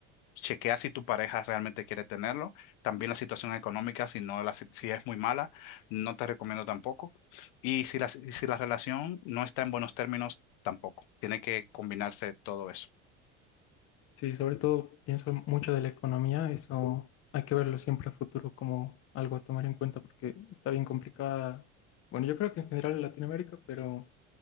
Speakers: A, on the left; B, on the left.
A: Chequea si tu pareja realmente quiere tenerlo. También la situación económica, si no la si si es muy mala, no te recomiendo tampoco. Y si la, y si la relación no está en buenos términos, tampoco. Tiene que combinarse todo eso.
B: Sí, sobre todo pienso mucho de la economía, eso hay que verlo siempre a futuro como algo a tomar en cuenta porque está bien complicada. Bueno, yo creo que en general en Latinoamérica, pero